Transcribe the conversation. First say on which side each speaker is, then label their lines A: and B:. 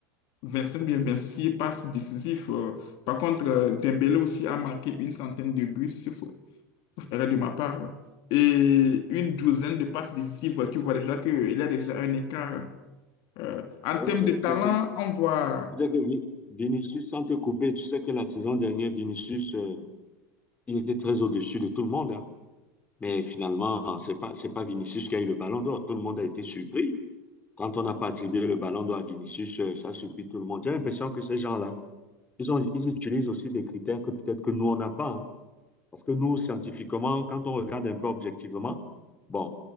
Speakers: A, on the left; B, on the left.
A: euh, cinq bien 26 passes décisives. euh. Par contre, euh, Dembélé aussi a marqué une trentaine de buts, sauf sauf erreur de ma part, euh. et une douzaine de passes décisives. Tu vois déjà qu'il y a déjà un écart. Euh, en
B: Ouais,
A: termes
B: mais
A: de talent,
B: tu sais, que-
A: on voit
B: tu sais que Vi- Vinicius, sans te couper, tu sais que la saison dernière, Vinicius, euh, il était très au-dessus de tout le monde. hein. Mais finalement, c'est pas, c'est pas Vinicius qui a eu le ballon d'or. Tout le monde a été surpris. Quand on n'a pas attribué le ballon d'or à Vinicius, euh, ça surpris tout le monde. J'ai l'impression que ces gens-là, ils ont, ils utilisent aussi des critères que peut-être que nous, on n'a pas. hein. Parce que nous, scientifiquement, quand on regarde un peu objectivement, bon,